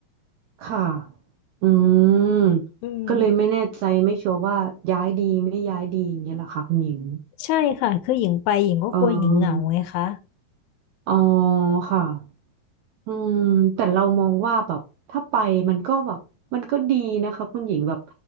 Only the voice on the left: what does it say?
อืม
ใช่ค่ะคือหญิงไปหญิงก็กลัวหญิงเหงาไงคะ